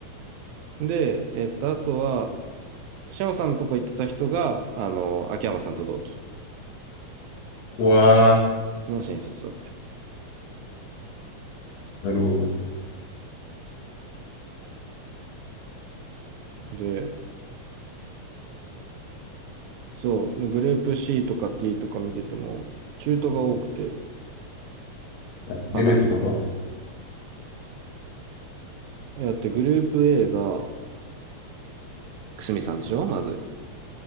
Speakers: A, on the right; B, on the left.
A: で、えっと、あとは、シャオさんのとこ行ってた人が、あの、秋山さんと同期
B: うわ
A: の新卒だったよ。
B: ー、なるほど。
A: で、そう、グループ C とか D とか見てても、中途が多くて、
B: はいネベソとか、
A: かなり。だってグループ A が、くすみさんでしょまず。